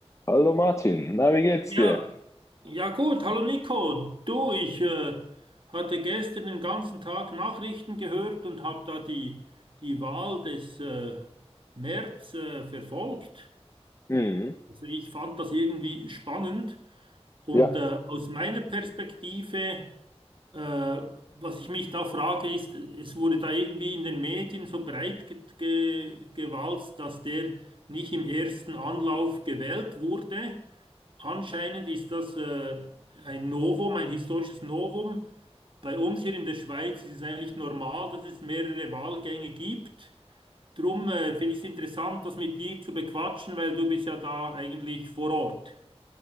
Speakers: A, on the left; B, on the right.
A: Hallo Martin, na, wie geht's
B: Ja,
A: dir?
B: ja gut, hallo Nico. Du, ich äh, hatte gestern den ganzen Tag Nachrichten gehört und habe da die, die Wahl des äh, Merz äh, verfolgt.
A: Mhm.
B: Also ich fand das irgendwie spannend und
A: Ja,
B: äh, aus meiner Perspektive, äh, was ich mich da frage, ist, es wurde da irgendwie in den Medien so breit ge ge gewalzt, dass der nicht im ersten Anlauf gewählt wurde. Anscheinend ist das äh, ein Novum, ein historisches Novum. Bei uns hier in der Schweiz ist es eigentlich normal, dass es mehrere Wahlgänge gibt. Drum äh, finde ich es interessant, das mit dir zu bequatschen, weil du bist ja da eigentlich vor Ort.